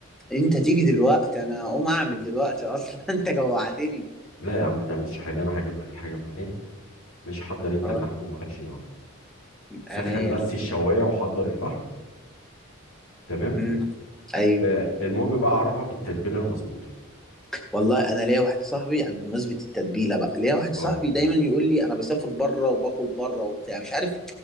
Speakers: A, in the centre; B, on the left.
A: انت تيجي دلوقتي انا اقوم اعمل دلوقتي اصلا <laughs> انت جوعتني
B: لا يا عم ما تعملش حاجه انا هجيب لك الحاجه معايا مش حضر انت
A: اه
B: اللحم ومالكش دعوه سخن
A: عينيا
B: بس
A: الاتنين
B: الشوايه وحضر الفحم تمام
A: مم. ايوه
B: آه المهم بقى اعرفك التتبيله المظبوطه
A: والله انا ليا واحد صاحبي يعني بمناسبة التتبيلة بقى ليا واحد
B: اه
A: صاحبي دايما يقول لي انا بسافر بره وباكل بره وبتاع مش عارف